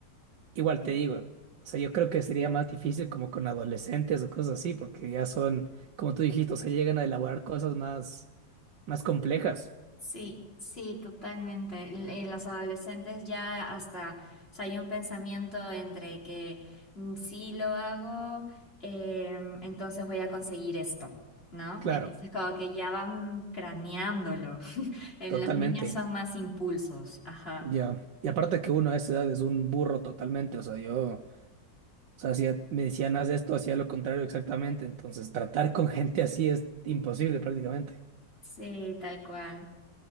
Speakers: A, on the right; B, on the left.
A: igual te digo, o sea, yo creo que sería más difícil como con adolescentes o cosas así, porque ya son, como tú dijiste, o sea, llegan a elaborar cosas más, más complejas.
B: Sí, sí, totalmente. L- En las adolescentes ya hasta, o sea, hay un pensamiento entre que mm, si lo hago, em, entonces voy a conseguir esto, ¿no?
A: Claro,
B: Entonces como que ya van craneándolo. <laughs> En
A: totalmente.
B: los niños son más impulsos, ajá.
A: Ya. Y aparte que uno a esa edad es un burro totalmente, o sea, yo... O sea, hacía- me decían, haz esto, hacía lo contrario exactamente. Entonces, tratar con gente así es imposible prácticamente.
B: Sí, tal cual.